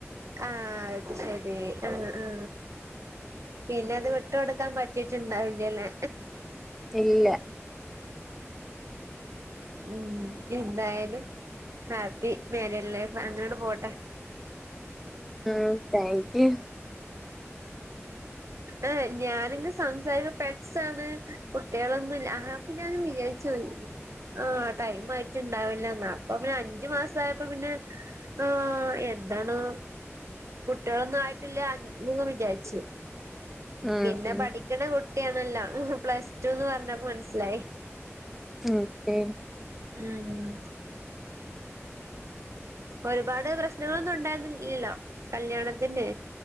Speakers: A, on the right (about 80°); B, in the centre.
A: ആഹ് അത് ശരി അ അ പിന്നത് വിട്ട് കൊട്ക്കാൻ പറ്റീട്ട്ണ്ടാവില്ലലേ.
B: ഇല്ല
A: ഉം ഇന്തായാലും ഹാപ്പി മാരീഡ് ലൈഫ് അങ്ങനാണ്ട് പോട്ടെ
B: ആഹ് താങ്ക് യൂ.
A: ആഹ് ഞാനങ് സംസാരി പെറ്റ്സാണ് കുട്ട്യളൊന്നുല്ല ആഹാ അപ്പ ഞാനങ്ങ് വിചാരിച്ചോയി ആഹ് ടൈമായിട്ട്ണ്ടാവില്ലാന്ന് അപ്പൊ പിന്നെ അഞ്ച് മാസയപ്പൊ പിന്നെ ആഹ് എന്താണ് കുട്ട്യളൊന്നും ആയിട്ടില്ല ങ്ങ് വിചാര്ച്ച്.
B: ഉം
A: പിന്നെ
B: ഉം
A: പഠിക്ക്ണ കുട്ട്യാണല്ലോ പ്ലസ് ടുന്ന് പർഞ്ഞപ്പോ മൻസ്സിലായി.
B: ഓക്കെ
A: ഉം ഒര്പാട് പ്രശ്നങ്ങളൊന്നുണ്ടായിര്ന്നില്ലല്ലോ കല്ല്യാണത്തിന്ന്?